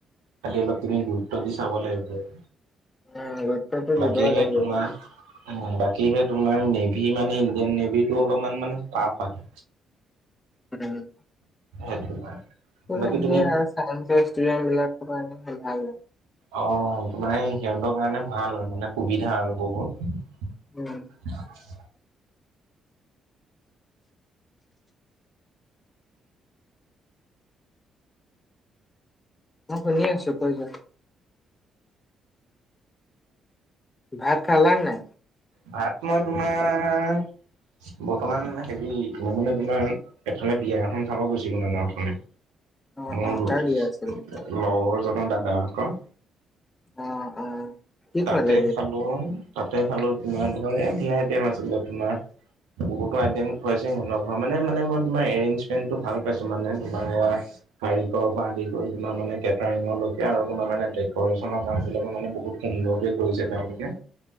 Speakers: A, on the right; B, on the left.
A: খালি অলপ তুমি গুৰুত্ব দি চাব লাগিব',
B: উম গুৰুত্বটো দিবই
A: বাকী হে
B: লাগিব
A: তোমাৰ', বাকী, সেই তোমাৰ নেভি মানে ইণ্ডিয়ান নেভিটো অলপমান মানে টাফ আহে',
B: উম',
A: সেইটো কাৰণে
B: উম',
A: বাকী তুমি
B: অ', ইয়েছ', তাহঁতৰ ষ্টুডেন্ট বিলাকোৰ পৰা আনি মান ভাল',
A: অ', তোমাৰ সিহঁতৰ কাৰণে ভাল আৰু মানে সুবিধা আৰু বহুত',
B: উম',
A: অহ',
B: মই শুনি আছোঁ কৈ যোৱা? ভাত খালা নে নাই?
A: ভাত মই তোমাৰ, বৰ্তমান হেৰি, মই মানে তোমাৰ', এফালে বিয়া এখন খাব গৈছিলোঁ মানে অথনি',
B: অ
A: মোৰ
B: অ
A: লগৰজনৰ
B: কাৰ বিয়া আছিলে?
A: দাদা আকৌ',
B: অ অ কি
A: তাতে
B: খোৱালে বিয়াত?
A: খালোঁ, তাতে খালোঁ, তোমাৰ ধৰা ধেৰ আইটেম আছিলে তোমাৰ', বহুতো আইটেম খোৱাইছে সিহঁতৰ ঘৰ মানে-মানে মই তোমাৰ এৰেঞ্জমেণ্টো ভাল পাইছোঁ, মানে তোমাৰ সেয়া', কাৰিকৰ পৰা আদি কৰি তোমাৰ মানে কেটাৰিঙলৈকে আৰু তোমাৰ ডেকৰেশ্যচনৰ কাম বিলাকো মানে বহুত', সুন্দৰকে কৰিছে তেওঁলোকে',